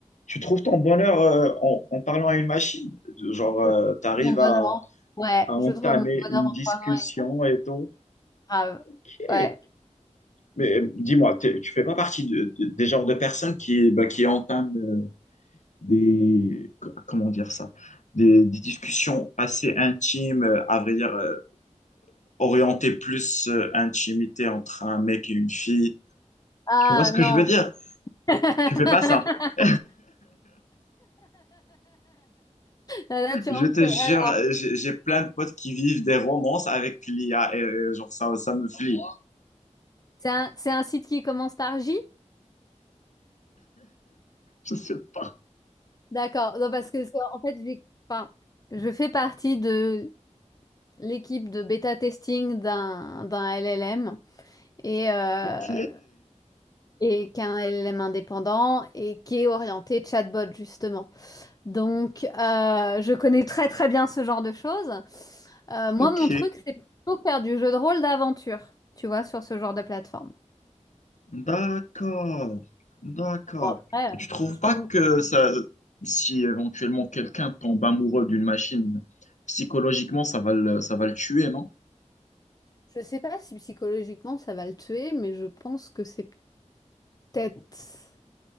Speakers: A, on the left; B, on the left.
A: tu trouves ton bonheur euh, en, en parlant à une machine? Genre,
B: <laughs>
A: tu arrives
B: Mon bonheur.
A: à
B: en- Ouais,
A: à entamer
B: je trouve mon bonheur
A: une
B: en
A: discussion
B: prenant une
A: et tout.
B: grave.
A: Ok.
B: Ouais.
A: Mais euh, dis-moi, t'es- tu fais pas partie de- de- des genres de personnes qui, bah, qui entament euh, des, co- comment dire ça, des, des discussions assez intimes, euh, à vrai dire, euh, orientées plus euh, intimité entre un mec et une fille.
B: Ah
A: Tu vois ce que
B: non.
A: je veux dire?
B: <laughs>
A: Tu fais pas ça. <laughs>
B: Là, tu
A: Je
B: rentres.
A: te
B: sur-
A: jure,
B: Alors,
A: euh, j'ai j'ai plein de potes qui vivent des romances avec l'IA et euh, genre ça, ça me flippe.
B: c'est un, c'est un site qui commence par J?
A: Je sais pas.
B: D'accord. Non, parce que c'est- en fait, j'ai- enfin, je fais partie de l'équipe de bêta testing d'un d'un LLM et, euh,
A: Ok,
B: et qu'un LLM indépendant et qui est orienté chatbot justement. Donc, euh, je connais très très bien ce genre de choses. Euh, moi,
A: ok.
B: mon truc, c'est plutôt faire du jeu de rôle d'aventure, tu vois, sur ce genre de plateforme.
A: D'accord, d'accord.
B: Bon, après,
A: Et
B: euh,
A: tu trouves
B: si
A: pas
B: je tombe...
A: que ça, si éventuellement quelqu'un tombe amoureux d'une machine, psychologiquement, ça va le, ça va le tuer, non?
B: Je sais pas si psychologiquement ça va le tuer, mais je pense que c'est peut-être...